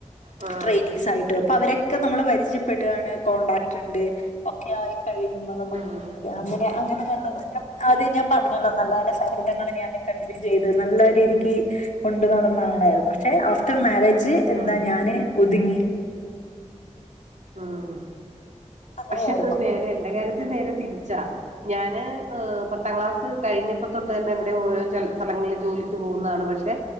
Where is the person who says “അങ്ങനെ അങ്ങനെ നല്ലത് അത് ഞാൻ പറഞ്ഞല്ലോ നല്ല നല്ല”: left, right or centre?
Left